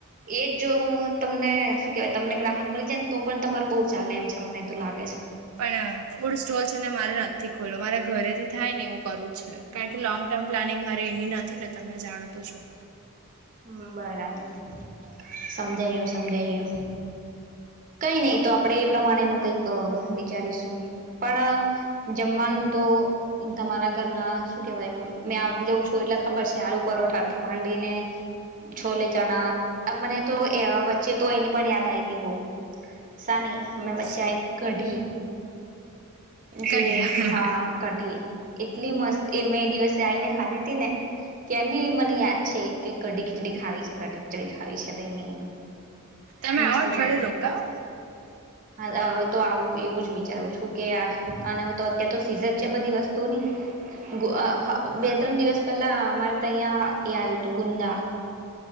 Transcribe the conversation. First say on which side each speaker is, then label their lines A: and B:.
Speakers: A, on the right (about 40°); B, on the right (about 80°).
A: એજ જો હું તમને શું કેવાય તમને ગ્રાહક મળી જાય ને તો પણ તમારુ બઉુ ચાલે એમ છે મને એ તો લાગે છે.
B: પણ ફૂડ સ્ટોલ છે ને મારે ના તે ખોલો મારે ઘરે થી થાય ને એવું કરવું છે, કારણ કે લોંગ ટર્મ પ્લાનિંગ મા એની નથી ને તમને જાણું તો છું.
A: હમમ બરાબર સમજાયું સમજાયું. કંઈ નહી તો આપણેે એ પ્રમાણે ન કંઈક વિચારીશું, પણ જમવાનું તો તમારા ઘરના શું કેવાય મેં આવતી જઉં છું એટલે ખબર છે. આલુ પરોઠાથી માંડીને, છોલે ચણા મને તો વચ્ચે તો એની પણ યાદ આવી હતી બહુ. સાની? અમે બચ્ચ્યાં
B: સો
A: એક કઢી જે
B: કરીએ
A: હા
B: તમે
A: કઢી. એટલી મસ્ત એ મેં એ દિવસે આવીને ખાધી હતી ને, ત્યાંની મને યાદ છે કે કઢી ખીચડી ખાવી છે કઢી ખીચડી ખાવી છે કઈ નહી એમ.
B: આવો
A: મસ્ત હતી
B: થોડી રોકાવ?
A: હા હવે તો આવું એવું જ વિચારું છું કે આ અને હ તો અત્યારે તો સીઝન છે બધી વસ્તુઓની. <inaudible> અઅ બે
B: હા
A: ત્રણ દિવસ પેલા મારે તો અહિયાં એ આવ્યું હતું ગુંદા,